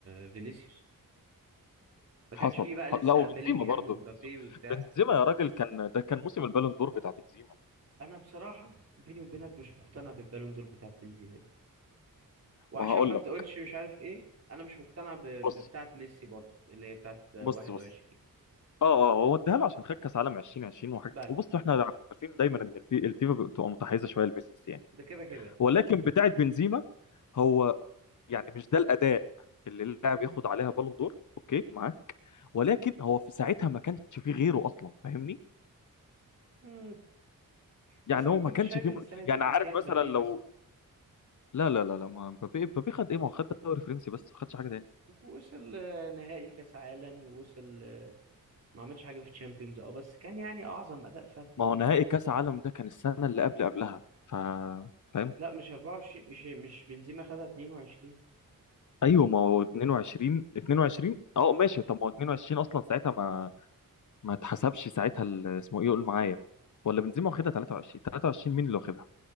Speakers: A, on the right; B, on the left.
A: آه، فينيسيوس ما
B: حصل
A: كانش فيه بقى
B: ح-
A: لسه
B: لا وبنزيما
A: بيلينجهام
B: برضه
A: ومبابي
B: بنزيما
A: وبتاع
B: بنزيما يا راجل كان ده كان موسم البالون دور بتاع بنزيما
A: أنا بصراحة بيني وبينك مش مقتنع بالبالون دور بتاع بنزيما دي وعشان
B: ما هقول
A: ما تقولش
B: لك
A: مش عارف إيه أنا مش مقتنع ب- ببتاعة
B: بص
A: ميسي برضو اللي هي بتاعة آه،
B: بص
A: 21
B: بص اه اه هو اداها له عشان خد كاس عالم 2020 وحاجه
A: بس
B: وبص احنا عارفين دايما ان الفي- الفيفا بتبقى متحيزه شويه لميسي يعني
A: ده كده كده
B: ولكن بتاعه بنزيما هو يعني مش ده الاداء اللي اللاعب ياخد عليها بالون دور اوكي معاك ولكن هو في ساعتها ما كانش فيه غيره اصلا فاهمني
A: مم.
B: يعني
A: بس أنا
B: هو
A: كنت
B: ما كانش
A: شايف
B: فيه
A: إن
B: من...
A: السنة دي
B: يعني
A: كان
B: عارف
A: فيها مبابي
B: مثلا لو
A: مثلا
B: لا لا لا لا ما مبابي مبابي خد ايه ما هو خد الدوري الفرنسي بس ما خدش حاجه تاني
A: وصل آه، نهائي كأس عالم ووصل آه، ما عملش حاجه في تشامبيونز اه بس كان يعني اعظم اداء فردي
B: ما
A: يعني
B: هو نهائي كاس عالم ده كان السنه اللي قبل قبلها ف فاهم
A: لا مش 24 مش مش بنزيما خدها 22
B: ايوه ما هو 22 22 اه ماشي طب ما هو 22 اصلا ساعتها ما ما اتحسبش ساعتها ال- اسمه ايه قول معايا ولا بنزيما واخدها 23 23 مين اللي واخدها؟